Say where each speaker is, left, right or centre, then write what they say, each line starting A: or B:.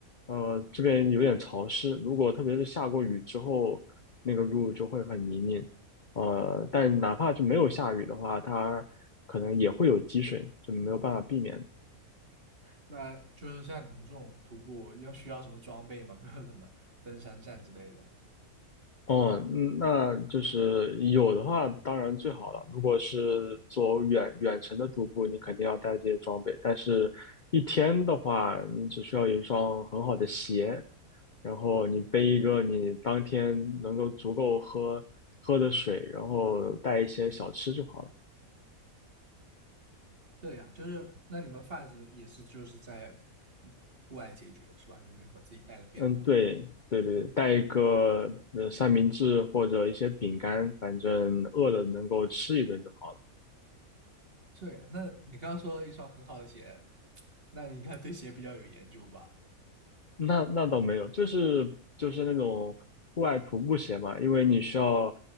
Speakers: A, on the left; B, on the right.
A: 呃这边有点潮湿，如果特别是下过雨之后，那个路就会很泥泞。呃，但哪怕就没有下雨的话，它可能也会有积水，就没有办法避免。
B: 那就是像你们这种徒步，要需要什么装备吗？<laughs> 没有什么登山杖之类的。
A: 哦，嗯那就是有的话，当然最好了。如果是走远远程的徒步，你肯定要带这些装备。但是，一天的话，你只需要有一双很好的鞋，然后你背一个你当天能够足够喝喝的水，然后带一些小吃就好了。
B: 对呀，就是那你们贩子也是就是在嗯户外解决是吧？就比如说自己带个便当什么。
A: 嗯，对对对，带一个呃三明治或者一些饼干，反正饿了能够吃一顿就好了。
B: 这样，那你刚刚说了一双很好的鞋，那你应该对鞋比较有研究吧？
A: 那那倒没有，就是就是那种户外徒步鞋嘛，因为你需要